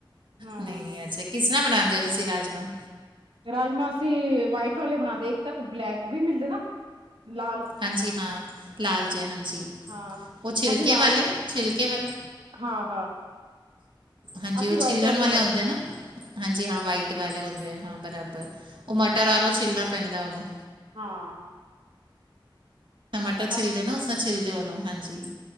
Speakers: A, on the right; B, on the right.
A: ਹਾਂ
B: ਨਹੀਂ, ਨਹੀ, ਅੱਛਾ, ਕਿਸ ਨਾਲ ਬਣਾਦੇ। ਤੁਸੀਂ ਰਾਜਮਾਂ
A: ਰਾਜਮਾ ਅਸੀਂ ਵਾਈਟ ਵਾਲੇ ਬਣਾਦੇ, ਇੱਕ ਤਾਂ ਕ ਬਲੈਕ ਵੀ ਮਿਲਦੇ ਨਾ। ਲਾਲ
B: ਹਾਂਜੀ। ਹਾਂ, ਲਾਲ। ਜੇ ਹਾਂਜੀ,
A: ਹਾਂ
B: ਉਹ ਛਿਲਕੇ
A: ਅਸੀਂ ਲਾਲ
B: ਵਾਲੇ, ਛਿਲਕੇ ਵਾਲੇ।
A: ਹਾਂ ਹਾਂ
B: ਹਾਂਜੀ,
A: ਅਸੀਂ
B: ਉਹ ਛਿਲਨ
A: ਵਾਈਟ
B: ਵਾਲੇ
A: ਵੱਧ
B: ਹੁੰਦੇ ਆ ਨਾ? ਹਾਂਜੀ, ਹਾਂ, ਵਾਈਟ ਵਾਲੇ ਹੁੰਦੇ ਆ। ਬਰਾਬਰ। ਉਹ ਮਟਰ ਆਰੋ ਛਿੱਲਣਾ ਪੈਂਦਾ ਉਹਨੂੰ।
A: ਹਾਂ।
B: ਟਮਟਰ ਛਿਲਦੇ
A: ਅਸ
B: ਨਾ ਉਸ ਛਿੱਲ ਤੇ ਓਨੂੰ। ਹਾਂਜੀ।